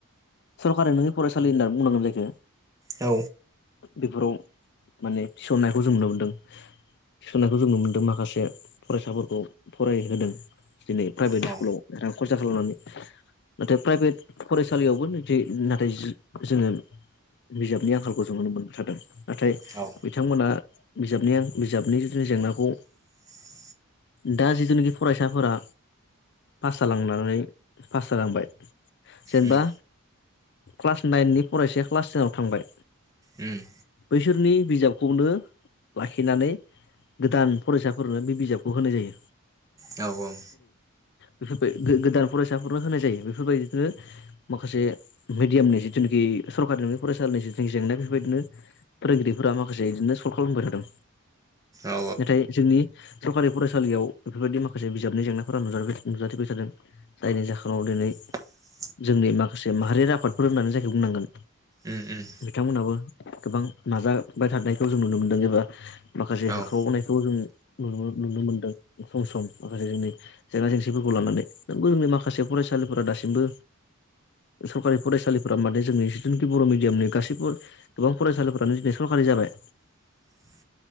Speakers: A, on the left; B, on the right.
A: सरकारा नोंनि फरायसालि होनना बुंनांगोन जायखो
B: औ
A: बेफोराव माने थिसननायखौ जों नुनो मोनदों थिसननायखौ जों नुनो मोन्दों माखासे फरायसाफोरखौ फरायहोदों दिनै प्राइभेट
B: औ
A: स्कुलाव रां खरसा खालामनानै। नाथाय प्राइभेट फरायसालियावबो जे नाथाय जोङो बिजाबनि आंखालखौ जों नुनो मोनबाय थादों नाथाय
B: औ
A: बिथांमोना बिजाबनि बिजाबनि नि जेंनाखौ
B: <unintelligible>
A: दा जिथुनाखि फरायसाफोरा पास जालांनानै पास जालांबाय जेनेबा
B: उम
A: क्लास नाइननि फरायसाया क्लास टेनाव थांबाय
B: उम
A: बैसोरनि बिजाबखौनो लाखिनानै गोदान फरायसाफोरनो बिजाबखौ होनाय जायो
B: औ' -औ'।
A: बेफोरबाय गोदान फरायसाफोरनो होनाय जायो बेफोरबायदिनो माखासे मिडियामनि जिथु जि सरकारि नङि फरायसालिनि जिनाखि जेंना बेफोरबायदिनो फोरोंगिरिफोरा माखासे बिदिनो सल्भ खालामबाय थादों
B: औ
A: नाथाय जोंनि सरकारि फरायसालियाव बेफोरबायदि माखासे बिजाबनि जेंनाफोरा नुजा नुजाथिबाय थादों जायनि जाहोनाव दिनै
B: <inaudible>
A: जोंनि माखासे माहारियारि आफादफोर होननानै जायखौ बुंनांगोन
B: उम उम
A: बिथांमोनाबो गोबां नाजाबाय थानायखौ जों नुनो मोनदों एबा माखासे
B: औ उम
A: होख्रावनायखौ खौ जों नु नुनो मोनदों सम -सम माखासे जोंनि जेंना जेंसिफोरखौ लानानै नोंगौ जोंनि माखासे फरायसालिफोरा दासिमबो सरकारि फरायसालिफोरा माने जोंनि जिथुखि बर' मिडियामनि गासैबो गोबां फरायसालिफोरानो दिनै सरकार जाबाय
B: <inaudible>